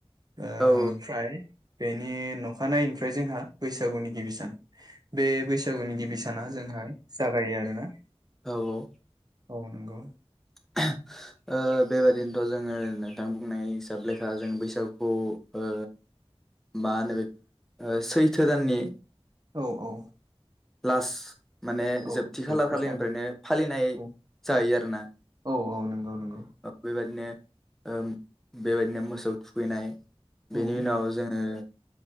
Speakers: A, on the right; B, in the centre.
A: ओ ओमफ्राय
B: औ
A: बेनि नखानायैनिफ्राय जोंहा बैसागुनि गिबि सान। बे बैसागुनि गिबि साना जो जोंहाय जागायो आरोना?
B: औ औ
A: औ नंगौ
B: <unintelligible> ओ बेबादिनोथ' जोंङो नोंथां बुंनाय हिसाब लेखा जों बैसागुखौ ओ मा होनो बेख ओ सैथो दाननि
A: औ औ
B: लास माने
A: औ
B: जोबथि खालार खालिनिफ्रायनो
A: सान
B: फालिनाय
A: औ
B: जाहैयो आरोना
A: औ नंगौ नंगौ
B: बेबायदिनो ओ बेबायदिनो मोसौ थुखैनाय बेनि
A: औ
B: उनाव जोंङो